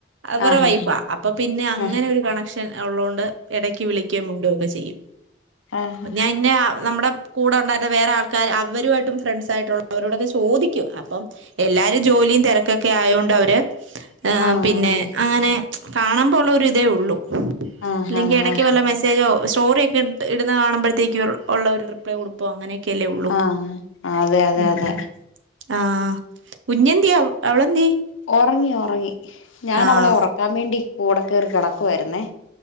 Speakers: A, on the right (about 75°); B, on the left (about 85°).
A: അവരെ
B: ആഹ്
A: വൈഫാ അപ്പൊ പിന്നെ അങ്ങനെ
B: ആഹ് ആഹ്
A: ഒരു കണക്ഷൻ ക്ഷൻ ഉള്ളോണ്ട് ഇടയ്ക്ക് വിളിക്കേം മിണ്ട ഒക്കെ ചെയ്യും
B: ആഹ് ആഹ്
A: ഞാൻ ഇന്ന നമ്മടെ കൂടെ ഉള്ളയിരുന്ന വേറെ ആൾ ക്കാർ അവരുമായിട്ടും ഫ്രണ്ട്സായിട്ടുള്ളവരോടൊക്കെ ചോദിക്കും അ പ്പം എല്ലാരും ജോലിയും തിര ക്ക്‌ ഒക്കെ ആയൊണ്ട് അവര് ഏഹ്
B: ആഹ്
A: പിന്നെ അങ്ങനെ കാണുമ്പോ ഉള്ള ഒരു ഇതേ ഉള്ളൂ
B: ആഹ്
A: ഇല്ലെങ്കി ഇടക്ക്
B: ആഹ്
A: വല്ല മെസ്സേജോ സ്റ്റോറി ഒക്കെ ഇട് ഇടുന്ന കാണുമ്പോഴത്തേക്ക് ഒരു ഉള്ള ഒരു റിപ്ലൈ കൊടുപ്പോ അങ്ങനെയൊക്കെ യല്ലേ ഉള്ളൂ
B: ആഹ് അതെ അതെ
A: ഉം
B: അതെ
A: ആഹ് കുഞ്ഞെന്തിയെ അവളെന്തിയെ
B: ഒറങ്ങി ഒറങ്ങി ഞാൻ
A: ആഹ്
B: അവളെ ഒറക്കാൻ വേണ്ടി കൂടെ കേറി കെടക്കുവായിരുന്നേ